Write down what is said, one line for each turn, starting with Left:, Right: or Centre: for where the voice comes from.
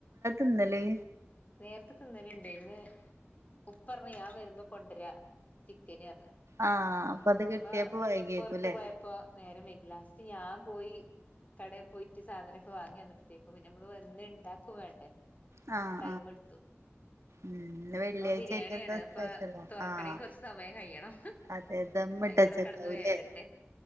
Right: ഇന്നലെ
Left: നേര്ത്തെ തിന്നലിണ്ട് ഇന്ന് ഉപ്പർഞ്ഞ് ഞാൻ വരുമ്പോ കൊണ്ടര ചിക്കനർഞ്
Right: ആഹ് അപ്പൊ അത്
Left: ഇപ്പ
Right: കിട്ടിയപ്പോ വൈകിയേക്കുല്ലേ
Left: പൊറത്ത് പോയപ്പോ നേരം വൈ ലാസ്റ്റ് ഞാൻ പോയി കടേ പോയിറ്റ് സാധനൊക്കെ വാങ്ങി വന്നപ്പത്തേക്കും പിന്നെ നമ്മള് വന്ന്ണ്ടാക്കും വേണ്ടേ.
Right: ആ
Left: ടൈമെടുത്തു
Right: ഉം വെള്ളിയാഴ്ച
Left: ഓ ബിരിയാണിയാണ്
Right: ആയിട്ട് എന്താ സ്പെഷ്യലോ
Left: പ്പൊ തൊറക്കെണെങ്കിൽ
Right: ആഹ്
Left: കൊറച്ച് സമയം കയണം
Right: അതെ ദമ്മിട്ടച്ചക്കാവൂല്ലേ
Left: അതിനുള്ള കട ന്ന് വേകട്ടെ,